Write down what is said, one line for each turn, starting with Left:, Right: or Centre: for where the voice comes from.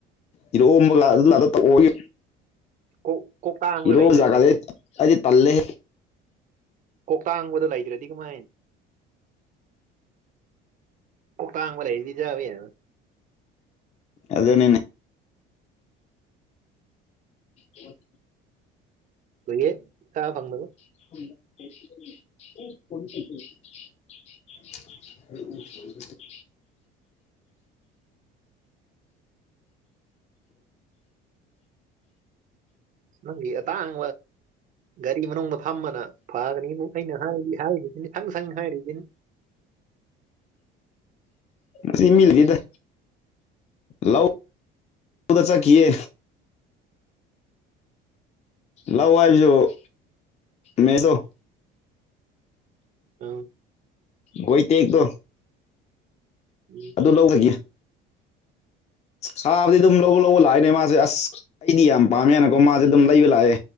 Left: ꯏꯗꯣ ꯑꯗꯨ
Right: ꯀꯣꯛ ꯀꯣꯛ ꯇꯥꯡꯕ
Left: ꯔꯣꯖꯒꯗꯦ
Right: ꯂꯩꯇ꯭ꯔꯗꯤ
Left: ꯑꯗꯨꯗꯤ ꯇꯜꯂꯦ
Right: ꯀꯣꯛꯇꯥꯡꯕꯗꯣ ꯂꯩꯒ꯭ꯔ ꯀꯃ ꯀ ꯀꯥꯡꯒꯕ ꯂꯩꯗꯤꯖꯕ ꯍꯥꯏ
Left: ꯑꯗꯨꯅꯤꯅꯦ ꯎꯝ
Right: ꯀꯣꯏꯑꯦ ꯆꯥꯕ ꯐꯪꯗꯕꯩ
Left: ꯎꯝ INAUDIBLE
Right: ꯅ ꯑ ꯇꯪ ꯒꯥꯔꯤ ꯃꯅꯨꯡꯗ ꯐꯝꯕꯅ ꯐꯒꯅꯤ ꯑꯩꯅ ꯍꯥꯏꯔꯤꯁꯤꯅꯤ ꯁꯪ ꯁꯪ ꯍꯥꯏꯔꯤꯁꯤꯅꯤ
Left: ꯁꯤ ꯁꯤ ꯃꯤꯜꯖꯗ ꯂꯗ ꯆꯀꯤꯌꯦ ꯂꯥꯛ ꯍꯥꯏꯕꯁꯨ ꯃꯗꯣ
Right: ꯑ
Left: ꯍꯣꯏ ꯇꯦꯛꯇꯣ
Right: ꯎꯝ
Left: ꯑꯗꯨ ꯂꯧꯕꯒꯤ ꯁꯥꯗꯤ ꯑꯗꯨꯝ ꯂꯧꯕ ꯂꯧꯕ ꯂꯥꯛꯑꯦꯅꯦ ꯃꯥꯁꯦ ꯑꯁ ꯑꯩꯗꯤ ꯌꯥꯝ ꯄꯥꯝꯃꯦ ꯍꯥꯏꯅꯀꯣ ꯃꯥꯁꯦ ꯑꯗꯨꯝ ꯂꯩꯕ ꯂꯥꯛꯑꯦ